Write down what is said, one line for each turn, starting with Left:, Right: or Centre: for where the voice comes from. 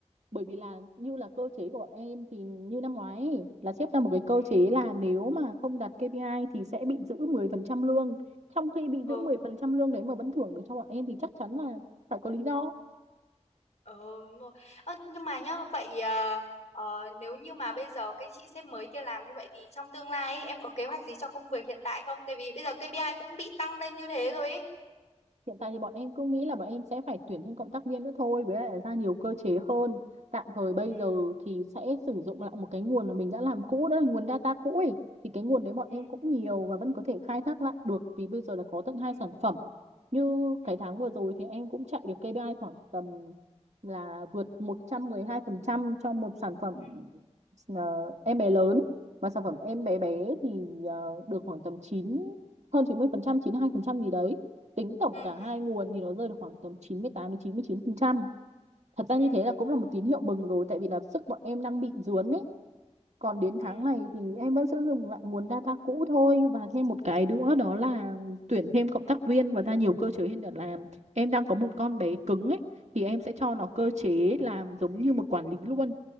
Right: bởi vì là như là cơ chế của bọn em thì như năm ngoái ấy, là xếp ra một cái cơ
Left: ừ,
Right: chế là nếu mà không đạt KPI thì sẽ bị giữ 10% lương trong khi bị
Left: ừ.
Right: giữ 10% lương đấy mà vẫn thưởng được cho bọn em thì chắc chắn là phải có lý do
Left: ừ ừ đúng rồi Ơ, nhưng mà nhá vậy ờ, ờ, nếu như mà bây giờ cái chị sếp mới kia làm như vậy thì trong tương lai ấy, em có kế hoạch gì cho công việc hiện tại không tại vì bây giờ kây pi ai cũng bị tăng lên như thế rồi ấy
Right: Hiện tại thì bọn em cứ nghĩ là bọn em sẽ phải tuyển thêm cộng tác viên nữa thôi với lại là ra nhiều cơ chế hơn. Tạm thời bây
Left: ừ
Right: giờ thì sẽ sử dụng lại một cái nguồn mà mình đã làm cũ đó là nguồn data cũ ấy. Thì cái nguồn đấy bọn em
Left: ừ
Right: cũng nhiều và vẫn có thể khai thác lại được vì bây giờ là có tận hai
Left: ừ
Right: sản phẩm. Như cái
Left: ừ
Right: tháng vừa rồi thì em cũng chạy được KPI khoảng tầm là vượt 112% cho một sản phẩm
Left: ừ
Right: ờ, em bé lớn và sản phẩm em bé bé thì ờ, được khoảng tầm 9 hơn 90% 92% gì đấy tính tổng
Left: ừ ừ
Right: cả hai
Left: ừ
Right: nguồn thì nó rơi được khoảng tầm 98 đến chín chín mươi chín phần trăm Thật ra
Left: ừ
Right: như thế
Left: ừ
Right: là
Left: ừ
Right: cũng là một tín hiệu mừng rồi tại vì là sức bọn em đang bị dướn ấy. Còn đến tháng
Left: ừ
Right: này thì em vẫn sẽ dùng lại nguồn data cũ thôi và thêm một cái nữa đó là tuyển thêm cộng tác viên và ra nhiều cơ chế hơn để làm. Em đang có một con bé cứng ấy thì em sẽ cho nó cơ
Left: ừ,
Right: chế làm giống như một quản lý luôn